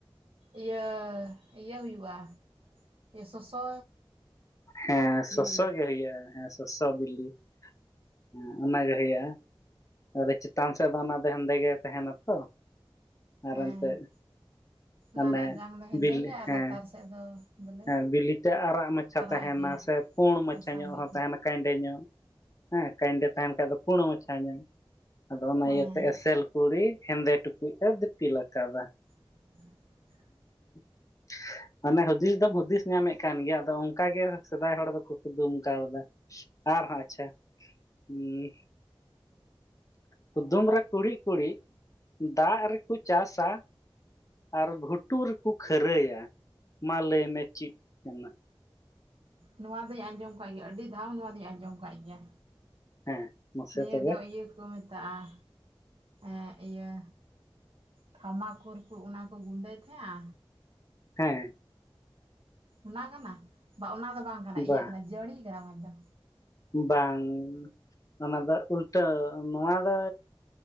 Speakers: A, on the right (about 70°); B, on the left (about 35°).
A: ᱤᱭᱟᱹ ᱤᱭᱟᱹ ᱦᱩᱭᱩᱜᱼᱟ ᱤᱭᱟᱹ ᱥᱚᱥᱚ
B: ᱦᱮᱸ
A: ᱵᱤᱞᱤ
B: ᱥᱚᱥᱚ ᱜᱮ ᱦᱩᱭᱩᱜᱼᱟ ᱦᱮᱸ ᱥᱚᱥᱚ ᱵᱤᱞᱤ ᱦᱮ ᱚᱱᱟᱜᱮ ᱦᱩᱭᱩᱜᱼᱟ ᱟᱫᱚ ᱪᱮᱛᱟᱱ ᱥᱮᱫ ᱫᱚ ᱚᱱᱟ ᱫᱚ ᱦᱮᱸᱫᱮ ᱜᱮ ᱛᱟᱦᱮᱱᱟ ᱛᱚ ᱟᱨ
A: ᱦᱮᱸ
B: ᱮᱱᱛᱮᱫ
A: ᱚᱱᱟ
B: ᱢᱟᱱᱮ
A: ᱨᱮᱭᱟᱜ ᱡᱟᱝ ᱫᱚ ᱦᱮᱸᱫᱮ
B: ᱵᱤᱞᱤ
A: ᱜᱮ ᱟᱨ
B: ᱦᱮᱸ
A: ᱞᱟᱛᱟᱨ ᱥᱮᱫ ᱫᱚ ᱵᱚᱞᱮ
B: ᱦᱮᱸ ᱵᱤᱞᱤᱛᱮ ᱟᱨᱟᱜ ᱢᱟᱪᱷᱟ
A: ᱟᱨᱟᱜ
B: ᱛᱟᱦᱮᱱᱟ
A: ᱜᱮ
B: ᱥᱮ ᱯᱩᱸᱲ ᱢᱟᱪᱷᱟ
A: ᱥᱟᱥᱟᱝ
B: ᱧᱚᱜ
A: ᱜᱮ
B: ᱦᱚᱸ ᱛᱟᱦᱮᱱᱟ <inaudible> <unintelligible> ᱦᱮᱸ ᱠᱟᱭᱮᱱᱰᱮ ᱛᱟᱦᱮᱱ ᱠᱷᱟᱡ ᱫᱚ ᱯᱩᱲ ᱢᱟᱪᱷᱟ ᱧᱚᱜ ᱟᱫᱚ ᱚᱱᱟ
A: ᱦᱮᱸ
B: ᱤᱭᱟᱹᱛᱮ ᱮᱥᱮᱞ ᱠᱩᱲᱤ ᱦᱮᱸᱫᱮ ᱴᱩᱠᱩᱡ ᱮ ᱫᱤᱯᱤᱞ ᱟᱠᱟᱫᱟ
A: <inaudible>
B: <inaudible> ᱢᱟᱱᱮ ᱦᱩᱫᱤᱥ ᱫᱚᱢ ᱦᱩᱫᱤᱥ ᱧᱟᱢᱮᱜ ᱠᱟᱱ ᱜᱮᱭᱟ ᱟᱫᱚ ᱚᱱᱠᱟ ᱜᱮ ᱥᱮᱫᱟᱭ ᱦᱚᱲ ᱫᱚᱠᱚ ᱠᱩᱫᱩᱢ ᱠᱟᱣᱫᱟ ᱟᱨᱦᱚᱸ ᱟᱪᱪᱷᱟ ᱩᱸᱻ ᱠᱩᱫᱩᱢ ᱨᱮ ᱠᱩᱲᱤᱫ ᱠᱩᱲᱤᱫ ᱫᱟᱜ ᱨᱮᱠᱚ ᱪᱟᱥᱟ ᱟᱨ ᱜᱷᱩᱴᱩ ᱨᱮᱠᱚ ᱠᱷᱟᱹᱨᱟᱹᱭᱟ ᱢᱟ ᱞᱟᱹᱭ ᱢᱮ ᱪᱤᱜ ᱠᱟ‌‌ᱱᱟ?
A: ᱱᱚᱣᱟ ᱫᱚᱧ ᱟᱸᱡᱚᱢ ᱠᱟᱜ ᱜᱮᱭᱟ ᱟᱹᱰᱤ ᱫᱷᱟᱣ ᱱᱚᱣᱟ ᱫᱚᱧ ᱟᱸᱡᱚᱢ ᱠᱟᱜ ᱜᱮᱭᱟ
B: ᱦᱮᱸ ᱢᱟᱥᱮ
A: ᱱᱤᱭᱟᱹ
B: ᱛᱚᱵᱮ
A: ᱫᱚ ᱤᱭᱟᱹ ᱠᱚ ᱢᱮᱛᱟᱜᱼᱟ ᱮ ᱤᱭᱟᱹ ᱛᱷᱟᱢᱟᱠᱩᱨ ᱠᱚ ᱚᱱᱟ ᱠᱚ ᱜᱩᱸᱰᱟᱹᱭ ᱛᱟᱦᱮᱸᱜᱼᱟ
B: ᱦᱮᱸ
A: ᱚᱱᱟ ᱠᱟᱱᱟ ᱵᱟᱝ ᱚᱱᱟ ᱫᱚ ᱵᱟᱝ ᱠᱟᱱᱟ
B: ᱵᱟ
A: ᱤᱭᱟᱹ ᱠᱟᱱᱟ ᱡᱟᱹᱲᱤ ᱠᱟᱱᱟ ᱦᱚᱭᱛᱚ
B: ᱵᱟᱝ ᱚᱱᱟ ᱫᱚ ᱩᱞᱴᱟᱹ ᱱᱚᱣᱟ ᱫᱚ